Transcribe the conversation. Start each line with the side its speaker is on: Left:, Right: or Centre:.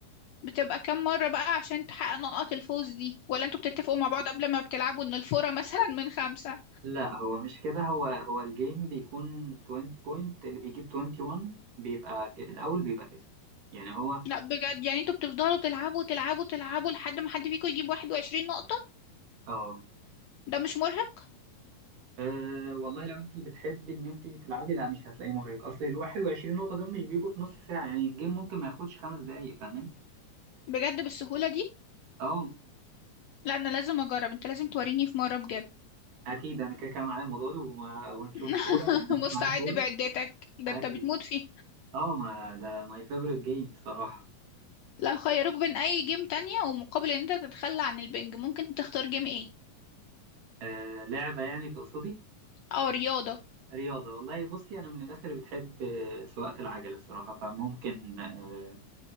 Left: بتبقى كام مرة بقى عشان تحقق نقط الفوز دي ولا انتوا بتتفقوا مع بعض قبل ما بتلعبوا ان الفورة مثلا من خمسة
Right: لا هو مش كده هو هو الجيم بيكون 20 بوينت اللي بيجيب 21 بيبقى ك- الأول بيبقى كسب يعني هو
Left: لا بجد يعني انتوا بتفضلوا تلعبوا تلعبوا تلعبوا لحد ما حد فيكم يجيب 21 نقطة
Right: اه
Left: ده مش مرهق
Right: أه والله لو انت بتحبي ان انت تلعبي لا مش هتلاقيه مرهق اصل ال 21 نقطة دول مش بيجوا في نص ساعة يعني الجيم ممكن ما ياخدش خمس دقايق فاهماني؟
Left: بجد بالسهولة دي
Right: اه
Left: لا انا لازم اجرب انت لازم توريني في مرة بجد
Right: اكيد انا كده كده معايا المضارب وما- ونشوف
Left: <laughs>
Right: كورة لما مش
Left: مستعد
Right: معايا كورة
Left: بعدتك ده
Right: اكيد
Left: انت بتموت فيه
Right: اه ما ده ماي فيفورت جيم الصراحة
Left: لو خيروك بين اي جيم تانية ومقابل ان انت تتخلى عن البنج ممكن تختار جيم ايه
Right: أه لعبة يعني تقصدي
Left: اه رياضة
Right: رياضة والله بصي انا من الناس اللي بتحب آه، سواقة العجل الصراحة فممكن آه،